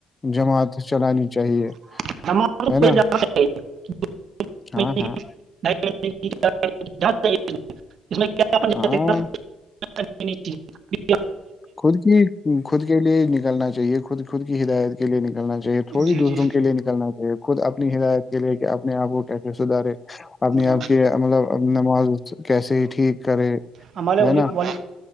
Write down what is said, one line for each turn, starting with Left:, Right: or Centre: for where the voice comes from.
Left: جماعت چلانی چاہیے
Right: <inaudible>
Left: ہے نا
Right: <inaudible>
Left: ہاں ہاں
Right: <inaudible> <inaudible>
Left: ہاں
Right: <inaudible>
Left: خود کی ہ خود کے لیے نکلنا چاہیے خود خود کی ہدایت کے لیے نکل نکلنا چاہیے تھوڑی
Right: جی
Left: دوسروں
Right: جی
Left: کےے نکلنا چاہیے خود اپنی ہدایت کے لے کے اپنے آپ کو کیسے سدھارے آنی
Right: جی
Left: آپ کی مطلب نماز کیسے ہی ٹھیک کرے
Right: ہمارے
Left: ہے نا
Right: وال